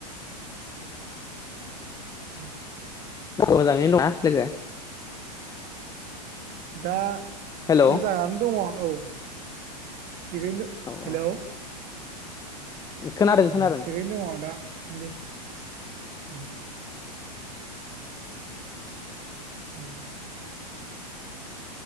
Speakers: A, on the right; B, on the left.
A: <inaudible>
B: मोजाङैनो दंना लोगो?
A: दा
B: हेलौ
A: मोजाङानो दङ। औ थिगैनो
B: औ
A: हेलौ।
B: औ खोनादों
A: उम
B: खोनादों
A: थिगैनो दं दा। सानदि उम। उम